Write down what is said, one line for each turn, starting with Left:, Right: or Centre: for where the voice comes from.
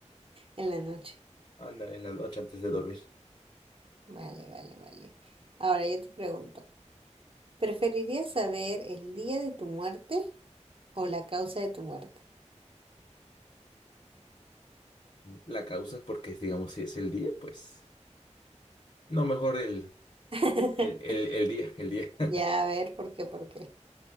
Right: En la noche.
Left: Ándale, en la noche antes de dormir.
Right: Vale, vale, vale. Ahora yo te pregunto, ¿preferirías saber el día de tu muerte o la causa de tu muerte?
Left: La causa, porque digamos, si es el día, pues no, mejor el,
Right: <laughs>
Left: el, el, el día, el día. <laughs>
Right: Ya, a ver, ¿por qué? ¿Por qué?